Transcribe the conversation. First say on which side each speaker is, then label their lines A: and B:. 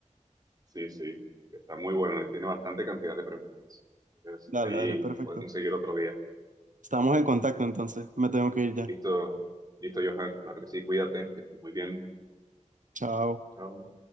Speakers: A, on the right; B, on the right.
A: sí, sí. Está muy bueno y tiene bastante cantidad de preguntas. Entonces,
B: Dale,
A: ahí
B: dale, perfecto.
A: podemos seguir otro día.
B: Estamos en contacto entonces. Me tengo que ir ya.
A: Listo, listo, Johan. Claro que sí, cuídate, que estés muy bien.
B: Chao.
A: Chao.